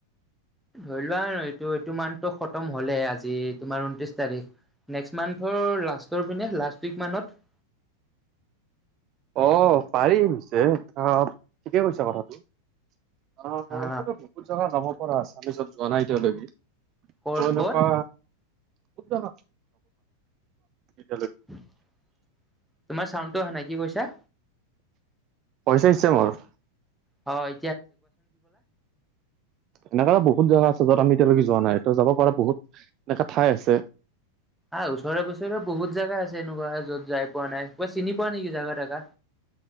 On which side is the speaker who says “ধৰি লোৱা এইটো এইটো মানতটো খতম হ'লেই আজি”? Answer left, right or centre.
Centre